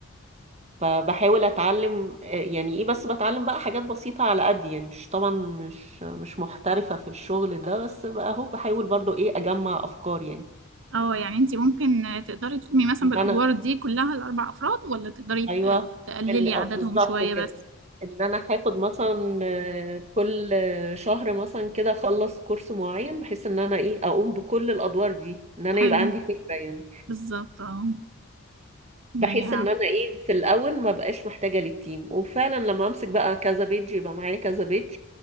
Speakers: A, on the right; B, on the right.
A: فبحاول اتعلم آه، يعني ايه بس بتعلم بقى حاجات بسيطة على قد يعني مش طبعا مش مش محترفة في الشغل ده بس بقى اهو بحاول برضو ايه اجمع افكار يعني
B: اه يعني انت ممكن تقدري تقومي مثلا
A: ان
B: بالادوار
A: انا
B: دي كلها الاربع افراد ولا تقدري ت-
A: ايوه
B: تقللي
A: إن- آه،
B: عددهم
A: بالظبط
B: شويه
A: كده
B: بس
A: ان انا هاخد مثلا آه، كل آه، شهر مثلا كده اخلص كورس معين بحيث ان انا ايه اقوم بكل الادوار دي ان انا
B: حلو
A: يبقى عندي فكرة يعني
B: بالظبط اه يعني
A: بحيث ان انا ايه في الاول ما بقاش محتاجة للتيم وفعلا لما امسك بقى كذا بيج يبقى معايا كذا بيج